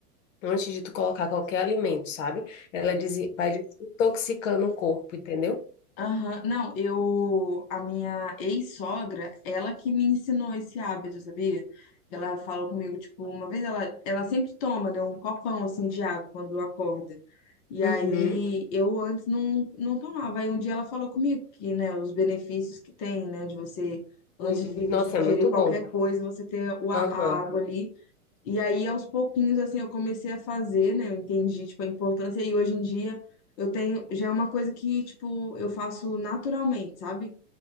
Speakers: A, on the left; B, on the left.
A: antes de tu colocar qualquer alimento, sabe? Ela desi- vai desintoxicando o corpo, entendeu?
B: Aham, Não, eu, a minha ex-sogra, ela que me ensinou esse hábito, sabia? Que Ela falou comigo, tipo, uma vez ela, ela sempre toma, né, um copão, assim, de água quando acorda. E
A: Uhum.
B: aí, eu antes não, não tomava. Aí um dia ela falou comigo que, né, os benefícios que tem, né, de você, antes
A: Sim.
B: de você
A: Nossa,
B: ingerir
A: é muito
B: qualquer
A: bom.
B: coisa, você ter o a
A: Aham.
B: a água ali e aí, aos pouquinhos, assim, eu comecei a fazer, né? Eu entendi, tipo, a importância. E hoje em dia, eu tenho... Já é uma coisa que, tipo, eu faço naturalmente, sabe?